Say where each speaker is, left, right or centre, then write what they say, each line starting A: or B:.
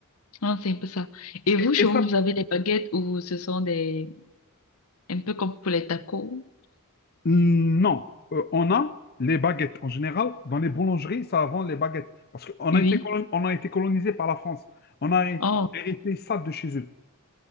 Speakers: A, on the left; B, on the left.
A: Non, c'est un peu ça. Et vous,
B: Et,
A: chez
B: et ça,
A: vous, vous avez des baguettes ou ce sont des... un peu comme pour les tacos?
B: hmm, non. Euh, on a les baguettes. En général, dans les boulangeries, ça vend les baguettes. Parce qu'on
A: Oui.
B: a été, colon- on a été colonisé par la France. On a hé-
A: Oh,
B: hérité ça de chez eux.